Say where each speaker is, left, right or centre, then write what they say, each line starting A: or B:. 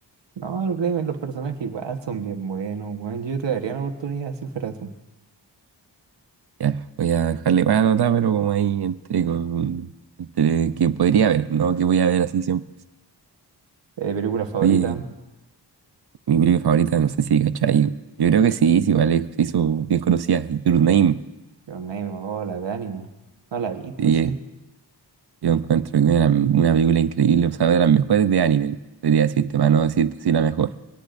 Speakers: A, on the right; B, on the right.
A: No, créeme, los personajes igual son bien buenos, weón. Yo te daría una oportunidad si fuera tú.
B: Ya, voy a dejarle para anotar, pero como ahí entre, con, entre que podría ver, ¿no? Que voy a ver así siempre.
A: Eh, película favorita,
B: Oye, mi película favorita, no sé si cachai. Yo creo que sí, sí, vale, se hizo bien conocida, Your Name.
A: Your Name, oh, la de anime. No la he visto,
B: Sí,
A: sí.
B: Yo encuentro que una, una película increíble, o sea, de las mejores de anime, podría decirte, para no decirte si la mejor,